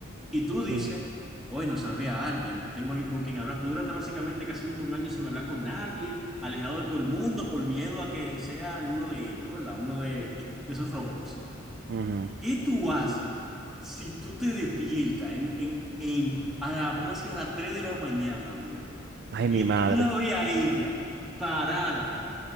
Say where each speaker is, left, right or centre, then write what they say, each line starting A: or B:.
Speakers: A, in the centre; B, on the right.
A: Y tú dices,
B: ujú,
A: bueno, salvé a alguien, pues tengo alguien con quien hablar. Tú duraste básicamente casi un año sin hablar con nadie, alejado de todo el mundo por miedo a que sean uno de ellos, ¿verdad? Uno de, de esos robots.
B: ujú.
A: ¿Qué tú haces si tú te despiertas en, en, en a la- vamos a decir, a las 3 de la mañana, viejo?
B: Ay,
A: Y
B: mi madre.
A: tú la ves a ella parada,